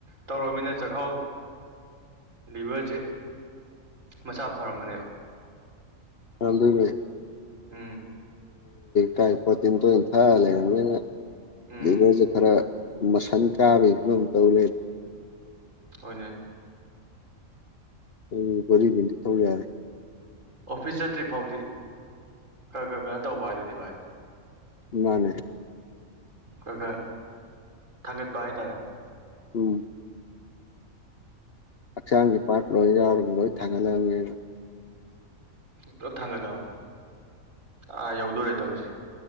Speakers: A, on the right (about 65°); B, on the left (about 50°).
A: ꯇꯧꯔꯃꯤꯅ ꯆꯥꯛꯈꯥꯎ ꯂꯤꯚꯔꯁꯦ ꯃꯆꯥ ꯐꯔꯝꯝꯕꯅꯦꯕ
B: ꯑꯗ
A: ꯎꯝ
B: ꯀꯥꯏ ꯄꯊꯅ ꯇ ꯊꯥ ꯂꯩꯦ
A: ꯎꯝ
B: ꯤꯚꯔꯁꯦ ꯈꯔ ꯃꯁꯟ ꯀꯥꯕꯒꯤ ꯐꯤꯕꯝ ꯇꯧ ꯂꯩ
A: ꯍꯅꯦ
B: ꯎꯝ ꯗꯤ ꯊꯧ ꯌꯥꯔꯦ
A: ꯑꯣꯐꯤꯁ ꯆꯠꯇ꯭ꯔꯤ ꯐꯥꯎꯗꯤ ꯈꯔ ꯈꯔ ꯈꯔ ꯇꯧꯕ ꯍꯥꯏꯗꯨꯅꯤ ꯚꯥꯏ
B: ꯃꯥꯅꯦ
A: ꯈꯔ ꯈꯔ ꯊꯥꯡꯒꯠꯄ ꯍꯥꯏꯇꯥꯔꯦ
B: ꯎꯝ ꯍꯛꯆꯥꯡꯒꯤ ꯄꯥꯔꯠ ꯂꯣꯏ ꯌꯥꯎꯔꯒ ꯂꯣꯏ ꯊꯥꯡꯒꯠꯂꯑꯃꯦ
A: ꯄꯨꯂꯞ ꯊꯥꯡꯒꯠꯂꯛꯑꯝ ꯑꯥ ꯌꯧꯗꯣꯔꯦ ꯇꯧꯔꯤꯁꯦ